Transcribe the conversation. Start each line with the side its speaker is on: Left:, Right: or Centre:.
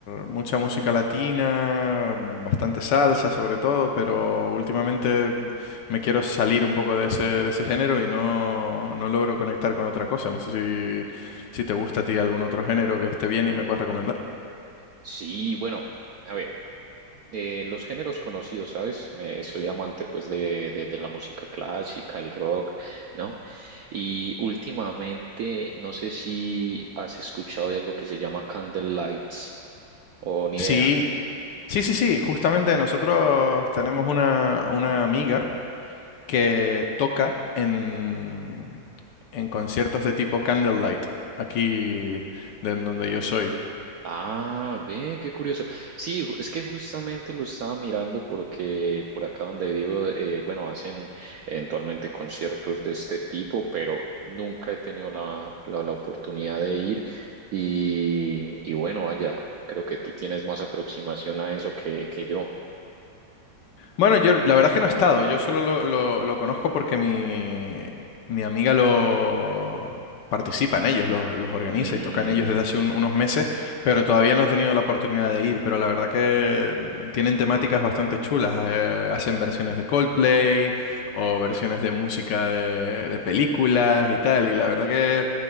Left: mucha música latina, bastante salsa sobre todo, pero últimamente me quiero salir un poco de ese de ese género y no no logro conectar con otra cosa. No sé si si te gusta a ti algún otro género que esté bien y me puedas recomendar.
Right: Sí, bueno, a ver, eh, los géneros conocidos, ¿sabes? Me, soy amante pues de, de, de la música clásica, el rock, ¿no? Y últimamente, no sé si has escuchado de algo que se llama Candlelights o ni
Left: Sí,
Right: idea.
Left: Sí, sí, sí, justamente nosotros tenemos una, una amiga que toca en, en conciertos de tipo Candlelight, aquí de en donde yo soy.
Right: Ah, ve, qué curioso. Sí, ju- es que justamente lo estaba mirando porque por acá donde vivo, eh, bueno, hacen eventualmente conciertos de este tipo, pero nunca he tenido la, la, la oportunidad de ir. Y, y bueno, vaya, creo que tú tienes más aproximación a eso que, que yo.
Left: Bueno, yo la verdad es que no he estado, yo solo lo, lo- lo conozco porque mi, mi amiga lo participa en ellos, los, los organiza
Right: Mm,
Left: y toca en ellos desde hace un- unos meses, pero todavía no he tenido la oportunidad de ir, pero la verdad que mm, tienen temáticas bastante chulas, eh, hacen versiones de Coldplay o versiones de música de, de películas y tal, y la verdad que